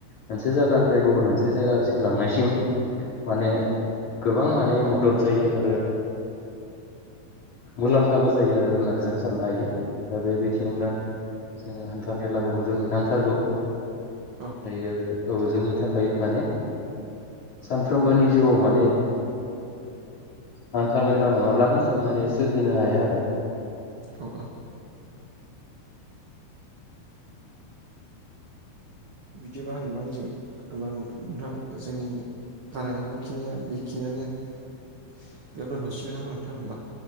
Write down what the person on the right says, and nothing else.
औ
औ
औ औ बिदिबा होनबा नोंथां जों होनबा नोंथां जोंनि रायलायनांगौ खिनिया बेखिनियानो बेयाव दोनथसिगोन नामा नोंथां होनबा।